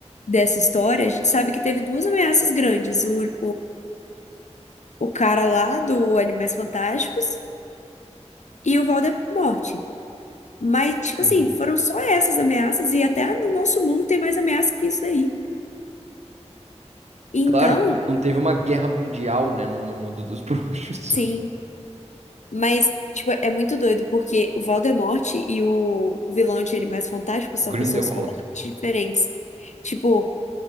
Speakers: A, on the left; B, on the right.
A: dessa história, a gente sabe que teve duas ameaças grandes, o, o cara lá do Animais Fantásticos e o Voldemort. Mas, tipo
B: Uhum.
A: assim, foram só essas ameaças, e até no nosso mundo tem mais ameaça que isso daí. Então,
B: Claro, não teve uma guerra mundial, né, no, no mundo dos <laughs> bruxos.
A: sim, mas, tipo, é muito doido, porque o Voldemort e o vilão de Animais Fantásticos
B: Grindelwald.
A: são pessoas completamente diferentes. Tipo,